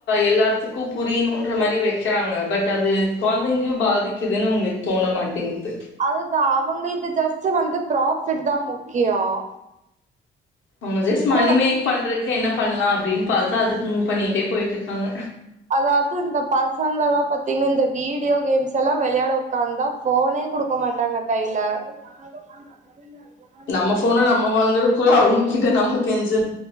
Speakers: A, on the left; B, on the right.
A: எல்லாத்துக்கும் புரியுன்ற மாரி வெக் வக்கிறாங்க பட் அது கொழந்தைங்களையும் பாதிக்குதுன்னு உங்ளுக் தோண மாட்டேங்குது
B: அதுதா அவங்களுக்கு ஜஸ்ட்டு வந்து ப்ராஃபிட் தா முக்கியம்
A: அவங்க ஜஸ்ட் மணி
B: வந்து
A: மேக் பண்றக்கு என்ன பண்லா அப்டின் பாத்து அதுக்கு மூவ் பண்ணிட்டே போயிட்டு இருக்காங்க
B: அதாவ்து இந்த பசங்கலா பாத்தீங்கன்னா இந்த வீடியோ கேம்ஸ்ஸெல்லா வெளயாட உக்காந்தா ஃபோனே குடுக்க மாட்டாங்க கைல ஆ
A: நம்ம ஃபோன நம்ம வாங்கறக்குள்ள அவங்ககிட்ட நம்ம கெஞ்ச